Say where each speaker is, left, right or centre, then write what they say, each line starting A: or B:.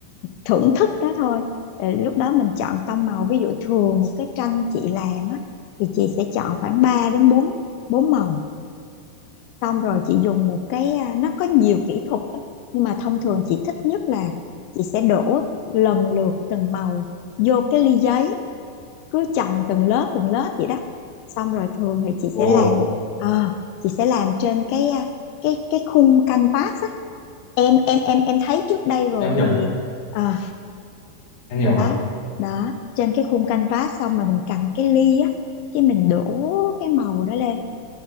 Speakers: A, on the left; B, on the left.
A: thưởng thức đó thôi Ờ, lúc đó mình chọn tông màu ví dụ thường một cái tranh chị làm á thì chị sẽ chọn khoảng 3 đến bốn bốn màu xong rồi chị dùng một cái à, nó có nhiều kỹ thuật đó nhưng mà thông thường chị thích nhất là chị sẽ đổ lần lượt từng màu vô cái ly giấy cứ chồng từng lớp từng lớp vậy đó xong rồi thường thì chị
B: Ồ,
A: sẽ làm à, chị sẽ làm trên cái à, cái cái khung canvas á em em em em thấy trước đây rồi
B: em hiểu,
A: thì à,
B: em hiểu
A: đó
B: mà.
A: đó trên cái khung canvas xong rồi mình cầm cái ly á cái mình đổ cái màu đó lên